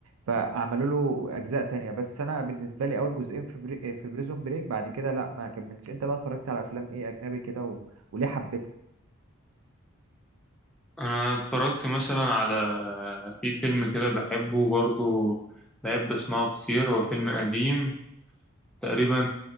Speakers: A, on the right; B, in the centre.
A: فعملوا له اجزاء تانية بس انا بالنسبة لي اول جزئين في بري... في بريزون بريك بعد كده لا ما كملتش انت بقى اتفرجت على افلام ايه اجنبي كده و... وليه حبيتها
B: أنا اتفرجت مثلا على في فيلم كده بحبه برضو بحب أسمعه كتير هو فيلم قديم تقريبا